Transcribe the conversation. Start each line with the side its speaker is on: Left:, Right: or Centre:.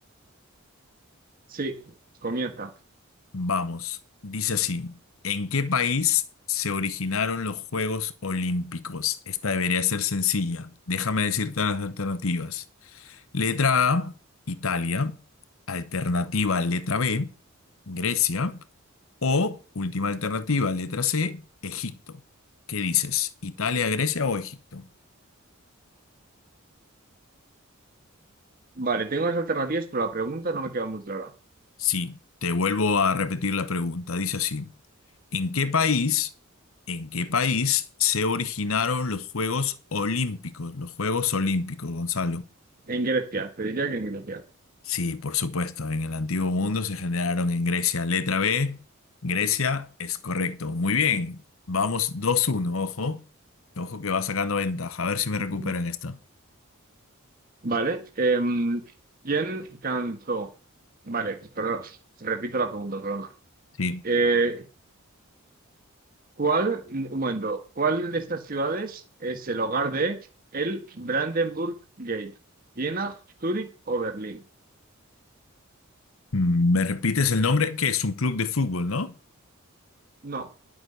Right: Sí. Comienza.
Left: Vamos, dice así, ¿en qué país se originaron los Juegos Olímpicos? Esta debería ser sencilla. Déjame decirte las alternativas. Letra A, Italia. Alternativa, letra B, Grecia. O última alternativa, letra C, Egipto. ¿Qué dices? ¿Italia, Grecia o Egipto?
Right: Vale, tengo las alternativas, pero la pregunta no me queda muy clara.
Left: Sí, te vuelvo a repetir la pregunta. Dice así. ¿En qué país, en qué país se originaron los Juegos Olímpicos? Los Juegos Olímpicos, Gonzalo.
Right: En Grecia, te diría que en Grecia.
Left: Sí, por supuesto, en el antiguo mundo se generaron en Grecia. Letra B, Grecia es correcto. Muy bien, vamos dos uno. ojo. Ojo que va sacando ventaja. A ver si me
Right: Ujú.
Left: recupero en esta.
Right: Vale. em, ¿quién cantó? Vale, perdón, repito la pregunta, perdón.
Left: Sí.
Right: Eh, ¿cuál, un momento, ¿cuál de estas ciudades es el hogar de el Brandenburg Gate? ¿Viena, Zúrich o Berlín?
Left: Mm, ¿Me repites el nombre? Que es un club de fútbol, ¿no?
Right: No,